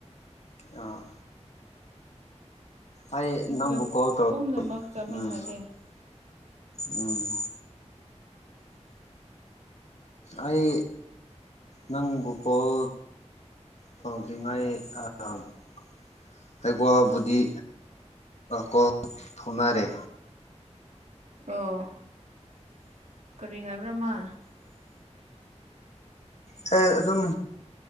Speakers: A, on the left (about 65°); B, on the right (about 75°).
A: ꯑꯥ꯫ ꯑꯩ
B: ꯑꯩꯈꯣꯏ
A: ꯅꯪꯕꯨ ꯀꯣꯜ ꯇꯧ
B: ꯄꯨꯝꯅꯃꯛ ꯆꯥꯃꯤꯟꯅꯗꯦ꯫
A: ꯎꯝ ꯎꯝ꯫ ꯑꯩ ꯅꯪꯕꯨ ꯀꯣꯜ ꯇꯧꯗꯔꯤꯉꯩ ꯑ ꯑꯩꯩꯀꯣꯋꯥꯕꯨꯗꯤ ꯀꯣ ꯐꯧꯅꯔꯦ꯫
B: ꯑꯣ ꯀꯔꯤ ꯍꯥꯏꯕ꯭ꯔꯥ ꯃꯥ꯫
A: ꯀꯩ ꯑꯗꯨꯝ